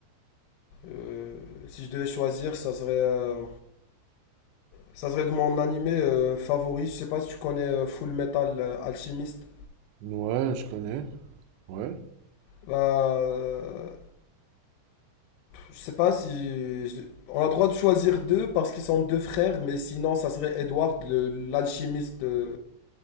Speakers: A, on the left; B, on the right.
A: euh, si je devais choisir, ça serait, euh, ça serait de mon anime euh, favori. Je sais pas si tu connais euh, Full Metal euh, Alchemist.
B: Ouais, je connais. Ouais.
A: Bah, euh, je sais pas si je- on a droit de choisir deux parce qu'ils sont deux frères, mais sinon ça serait Edward, le- l'alchimiste euh,